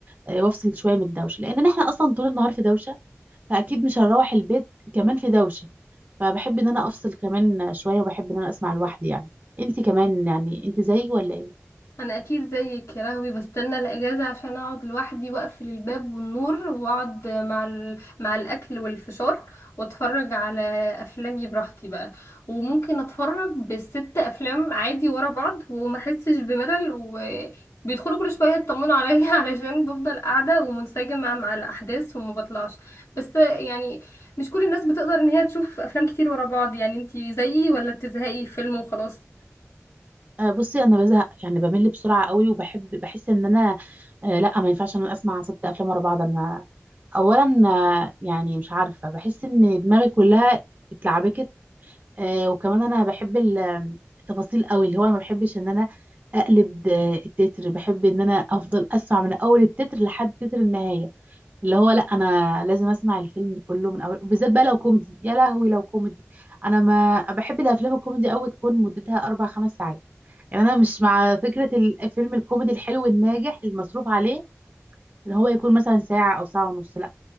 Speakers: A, on the right; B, on the left.
A: آه، وافصل شويه من الدوشه لان احنا اصلا طول النهار في دوشه فاكيد مش هنروح البيت كمان في دوشه فبحب ان انا افصل كمان شويه وبحب ان انا اسمع لوحدي يعني انت كمان يعني انت زيي ولا ايه
B: انا اكيد زيك يا لهوي بستنى الاجازه عشان اقعد لوحدي واقفل الباب والنور واقعد مع ال... مع الاكل والفشار واتفرج على افلامي براحتي بقى وممكن اتفرج بالست افلام عادي ورا بعض وما احسش بملل وبيدخلوا كل شويه يطمنوا عليا <laughs> علشان بفضل قاعده ومنسجمه مع الاحداث وما بطلعش بس يعني مش كل الناس بتقدر ان هي تشوف افلام كتير ورا بعض يعني انتي زيي ولا بتزهقي فيلم وخلاص
A: آه، بصي انا بزهق يعني بمل بسرعه قوي وبحب بحس ان انا آه، لا ما ينفعش ان انا اسمع ست افلام ورا بعض انا اولا آه، يعني مش عارفه بحس ان دماغي كلها اتلعبكت آه وكمان انا بحب ال- التفاصيل قوي اللي هو انا ما بحبش ان انا اقلب آه، التتر بحب ان انا افضل اسمع من اول التتر لحد تتر النهايه اللي هو لا انا لازم اسمع الفيلم كله من اول بالذات بقى لو كوميدي يا لهوي لو كوميدي انا ما بحب الافلام الكوميدي قوي تكون مدتها اربع خمس ساعات يعني انا مش مع فكره الفيلم الكوميدي الحلو الناجح المصروف عليه ان هو يكون مثلا ساعه او ساعه ونص لا